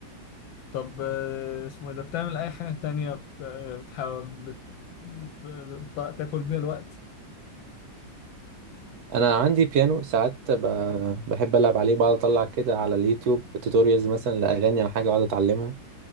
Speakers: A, on the left; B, on the right.
A: طب آه، اسمه إيه ده بتعمل أي حاجة تانية بت- آه، بتحاول بت... بت- تاكل بيها الوقت
B: أنا عندي بيانو ساعات ب- بحب ألعب عليه بقعد أطلع كده على اليوتيوب توتوريالز مثلا لأغاني أو حاجة وأقعد أتعلمها